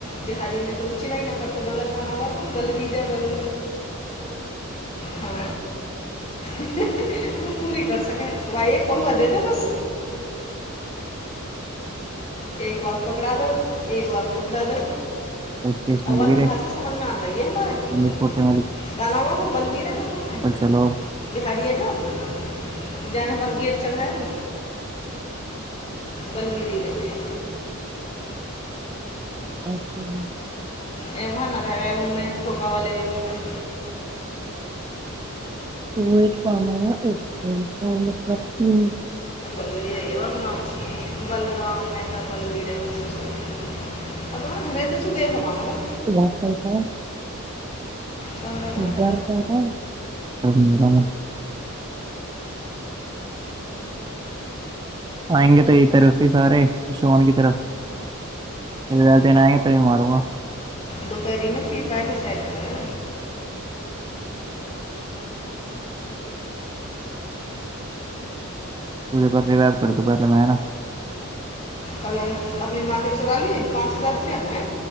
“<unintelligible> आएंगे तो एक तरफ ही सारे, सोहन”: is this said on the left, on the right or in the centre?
Right